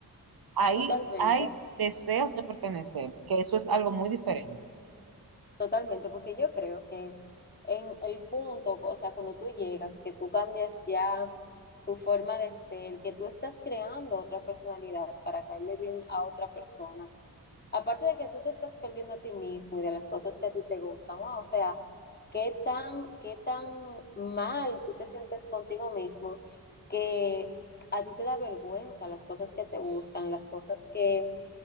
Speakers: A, on the right; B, on the left.
A: Ahí
B: Totalmente,
A: hay deseos de pertenecer, que eso es algo muy diferente.
B: totalmente, porque yo creo que en el punto, o sea, cuando tú llegas, que tú cambias ya tu forma de ser, que tú estás creando otra personalidad para caerle bien a otra persona, Aparte de que tú te estás perdiendo a ti mismo y de las cosas que a ti te gustan, wow, o sea, qué tan, qué tan mal tú te sientes contigo mismo que a ti te da vergüenza las cosas que te gustan, las cosas que,